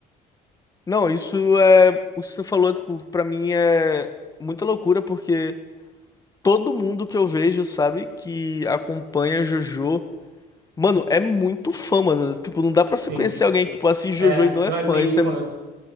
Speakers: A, on the left; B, on the right.
A: Não, isso é. O que você falou, tipo, pra mim é muita loucura porque todo mundo que eu vejo, sabe, que acompanha JoJo. Mano, é muito fã, mano. Tipo, não dá pra você
B: Sim.
A: conhecer alguém que, tipo, assiste
B: É,
A: JoJo e não
B: não
A: é fã.
B: é meio
A: Isso
B: fã,
A: é. <laughs>